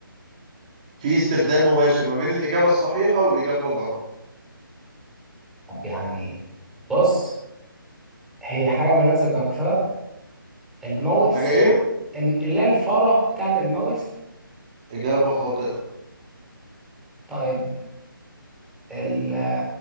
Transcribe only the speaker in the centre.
طب يعني بص هي حاجة ما ذكرتها الماوس
ال- لا الفارة بتاعة الماوس
طيب ال-